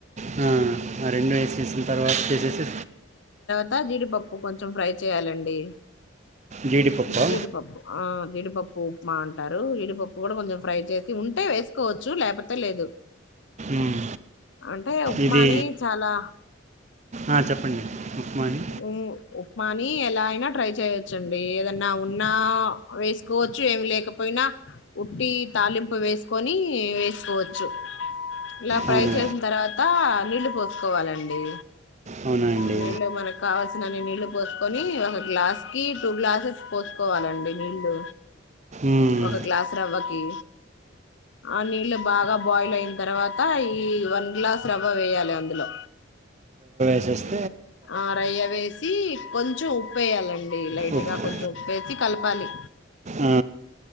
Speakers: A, on the right; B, on the left.
A: హ్మ్ ఆ రెండు వేసేసిన తర్వాత చేసేసి
B: అ జీడిపప్పు కొంచెం ఫ్రై చేయాలండి
A: జీడిపప్పు
B: జీడిపప్పు ఆ జీడిపప్పు ఉప్మా అంటారు జీడిపప్పు కూడా కొంచెం ఫ్రై చేసి ఉంటే వేసుకోవచ్చు లేకపోతే లేదు
A: ఉమ్.
B: అంటే ఉప్మాని
A: ఇది
B: చాలా
A: ఆ చెప్పండి ఉప్మాని
B: ఉ ఉప్మాని ఎలా అయినా ట్రై చేయొచ్చండి ఏదన్నా ఉన్నా వేసుకోవచ్చు, ఏమి లేకపోయినా ఉట్టి తాలింపు వేసుకోని వేసుకోవచ్చు. ఇలా ఫ్రై
A: అవునా
B: చేసిన తర్వాత నీళ్ళు పోసు కోవాలండి
A: అవునా అండి
B: నీళ్ళ మనకు కావాల్సి నన్ని నీళ్ళు పోసుకొని ఒక గ్లాస్ కి టూ గ్లాసెస్ పోసుకోవాలండి నీళ్ళు,
A: మ్మ్.
B: ఒక గ్లాస్ రవ్వకి ఆ నీళ్ళు బాగా బాయిల్ అయిన తర్వాత ఈ వన్ గ్లాస్ రవ్వ వేయాలి అందులో,
A: చేస్
B: ఆరయ్య వేసి కొంచెం ఉప్పేయాలం డి లైట్
A: ఉప్పు
B: గా కొంచెం ఉప్పేసి కలపాలి
A: ఆ,